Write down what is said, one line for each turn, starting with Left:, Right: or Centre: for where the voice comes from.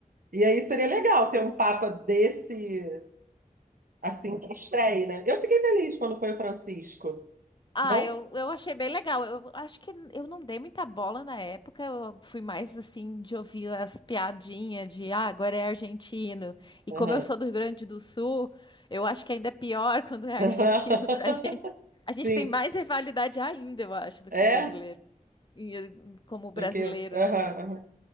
Right: E aí seria legal ter um papa desse, assim, que estreie, né? Eu fiquei feliz quando foi o Francisco.
Left: Ah,
Right: Não?
Left: eu, eu achei bem legal. Eu acho que eu não dei muita bola na época. Eu fui mais assim de ouvir as piadinhas de ah, agora é argentino. E
Right: Aham.
Left: como eu sou do Rio Grande do Sul, eu acho que ainda é pior <laughs> quando é
Right: <laughs>
Left: argentino pra gente. A
Right: Sim,
Left: gente tem mais rivalidade ainda, eu acho, do
Right: é,
Left: que brasileiro. E, eh, Como brasileiro,
Right: do que. aham,
Left: assim.
Right: aham.